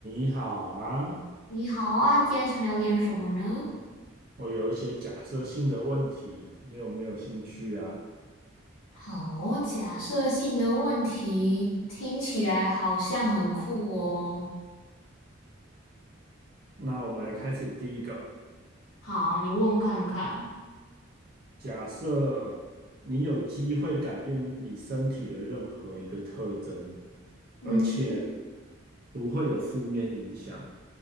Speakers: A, on the right; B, on the left.
A: 你好啊，
B: 你好啊，今天想聊点什么呢？
A: 我有一些假设性的问题，你有没有兴趣啊？
B: 好，假设性的问题听起来好像很酷哦。
A: 那我们来开始第一个，
B: 好，你问看看。
A: 假设你有机会改变你身体的任何一个特征，
B: 嗯哼，
A: 而且不会有负面影响，